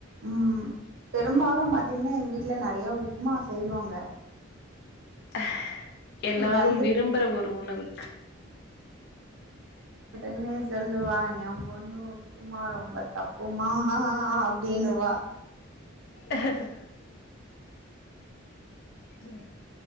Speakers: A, on the right (about 75°); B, on the left (about 55°).
A: ம் பெரும்பாலு பாத்திங்கன்னா எங்க வீட்ல நெறயா உப்புமா செய்வாங்க
B: <inaudible> எல்லாரும்
A: வந்து
B: விரும்புற ஒரு உணவு
A: ன்னே செல்லுவா எ பொண்ணு உப்புமா ரொம்ப தப்பு ஓ மாஹா அப்டின்னு வா
B: அஹக அ